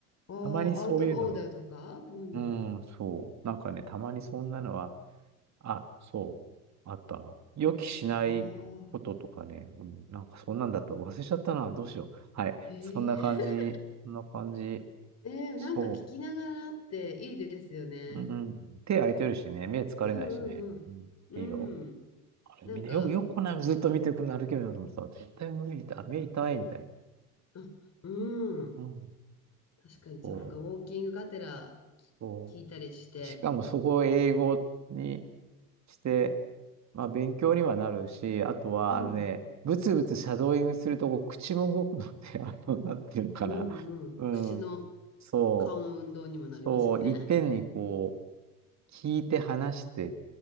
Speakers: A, on the left; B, on the right.
A: ああ、
B: たまにそういうのは。
A: アウトオーダーとかなんだろ
B: うん、そう。なんかね、たまにそんなのは、あ、そう、あったな。予期しないこととかね、
A: う。ああ。
B: うん、なんかそんなんだった忘れちゃったな。どうしよう。はい。
A: へえ。
B: そんな感じ。そんな感じ。
A: <laughs> ええ、
B: そ
A: なんか聞きながらっていいですよね。
B: う。うん。手空いてるしね、目疲れないしね。
A: うんうんうん。
B: うん、いいよ。
A: うん。
B: あれ、
A: なんか、
B: みんなよく、よくこんなのずっと見てくるの歩けるなと思ってた。
A: うん。
B: 絶対無理だ。目痛いみたい
A: あ、うん。
B: な。うん。
A: 確かにそっか。
B: そう。
A: ウォーキングがてら
B: そうしかもそこを英語に
A: き聞いたりして。
B: して、まあ勉強にはなるし、あとはあのね、
A: うん。
B: ブツブツシャドーイングするとこう口も動くので、<laughs> あの、なんていうのかな。
A: うんうん。
B: うん。
A: 口の
B: そ
A: 顔の運動にもなりますよね。
B: う。そう。いっぺんにこう、聞いて話して